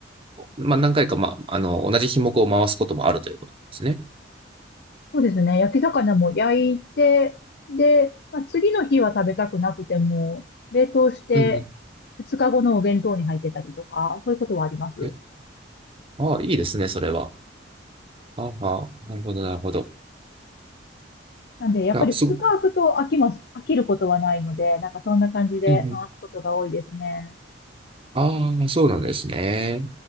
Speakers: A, on the right; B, on the left.
A: まあ、何回か、まあ、あの、同じ品目を回すこともあるということですね。
B: そうですね。焼き魚も焼いて、で、まあ、次の日は食べたくなくても、冷凍して、
A: うんうん。
B: 2日後のお弁当に入ってたりとか、そういうことはあります。
A: え、ああ、いいですね、それは。ああ、なるほど、なるほど。
B: なんで、やっぱり2日空くと飽きます、
A: あ、すごく、
B: 飽きることはないので、なんかそんな感じで回すことが多いですね。
A: うんうん。ああ、そうなんですね。